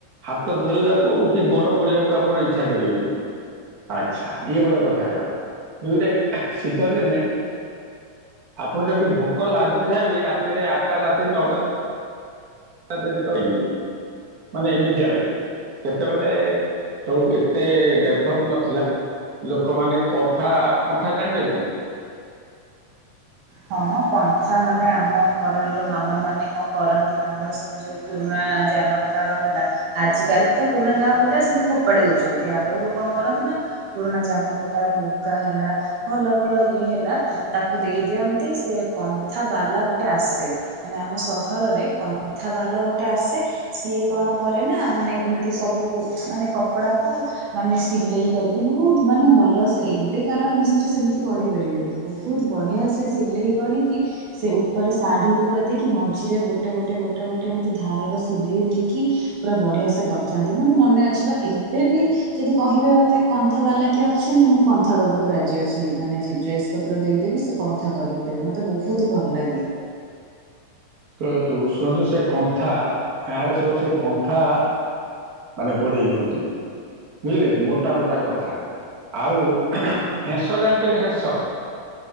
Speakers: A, on the right; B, on the right.
A: ହାତ ଧୋଇବାକୁ କି ଗୋଡ ବୁଡେଇିବାକୁ ଆପଣ ଇଚ୍ଛା କରିବେନି ଆଚ୍ଛା। ଇଏ ଗୋଟେ କଥା କଲା <unintelligible> ଦୁଇରେ ଶୀତ ଦିନେ ଆପଣ ଯଦି ଭୋକ ଲାଗୁଥାଏ ବି ରାତିରେ ଆଠଟା ରାତିରେ ନଅଟା ଯଦି କହିବିନି ମାନେ ଏମିତିଆ ଲାଗେ ସେତେବେଳେ ସବୁ ଏତେ ଡେଭଲପ୍ ନଥିଲା ଲୋକମାନେ କନ୍ଥା କନ୍ଥା ଜାଣିଛନ୍ତି।
B: ହଁ ହଁ କନ୍ଥା ମାନେ ଆମ ଘରର ମାମା ମାନେ କଣ କରନ୍ତି ଆମର ସବୁ ଯୋଉ ପୁରୁଣା ଜାମାପଟା ରହିଲା ଆଜିକାଲି ତ ପୁରୁଣା ଜାମା ପଟା ସେମିତି ଫୋପାଡି ଦଉଛନ୍ତି ଆଗରୁ କଣ କରନ୍ତି ନା ପୁରୁଣା ଜାମା ପଟା ଲୁଗା ହେଲା ଭଲ ଭଲ ଇଏ ହେଲା ତାକୁ ଦେଇ ଦିଅ ନ୍ତି ସେ କନ୍ଥା ବାଲା ଗୋଟେ ଆସେ ମାନେ ଆମ ସହରରେ କନ୍ଥା ବାଲା ଗୋଟେ ଆସେ ସିଏ କଣ କରେ ନା ମାନେ ଏମିତି ସବୁ ମାନେ କପଡାକୁ ମାନେ ସିଲେଇ କରିକି ବହୁତ ମାନେ ଭଲ ସେ ଏବେକାର ମିସ୍ତ୍ରୀ ସେମତି କରିପାରିବେନି ବହୁତ ବଢିଆ ସେ ସିଲେଇ କରିକି ସେ ଉପରେ ଶାଢୀ ପୁରା ଦେଇକି ମଝିରେ ଗୋଟେ ଗୋଟେ ଗୋଟେ ଗୋଟେ ଏମିତି ଧାର ର ସିଲେଇ ଦେଇକି ପୁରା ବଢିଆ ସେ କରିଥାନ୍ତି ମୋର ମନେ ଅଛି ବା ଏବେ ବି ଯଦି କହିବେ ମତେ କନ୍ଥା ବାଲା କିଏ ଅଛନ୍ତି ମୁଁ କନ୍ଥା ଦବାକୁ ରାଜି ଅଛି ମାନେ ଡେସ ପତ୍ର ଦେଇଦେବି ସେ କ ନ୍ଥା କରିକି ଦେବେ ମତେ ବହୁତ ଭଲ ଲାଗେ।
A: ଶୁଣନ୍ତୁ ଶୁଣନ୍ତୁ ସେ କନ୍ଥା ଗାଁ ରେ ସବୁ ସେ କନ୍ଥା ମାନେ ଘୋଡେଇ ହୁଅନ୍ତି ବୁଝିଲେ କି ମୋଟା ମୋଟା କନ୍ଥା ଆଉ ହେନ୍ସ ଜାଣିଛଛନ୍ତି ହେନ୍ସ